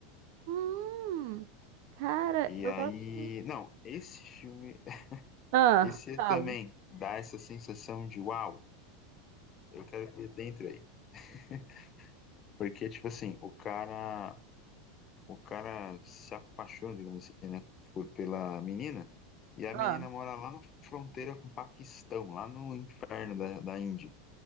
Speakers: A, on the right (about 50°); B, on the left (about 25°).
A: Hum, cara,
B: E
A: eu
B: aí,
A: gosto.
B: não, esse filme,
A: Ah,
B: esse
A: fala.
B: também dá essa sensação de uau, eu quero ver dentro aí. <laughs> Porque, tipo assim, o cara, o cara se apaixona, digamos assim, né, por, pela menina, e a
A: Ah,
B: menina mora lá na fronteira com o Paquistão, lá no inferno da, da Índia.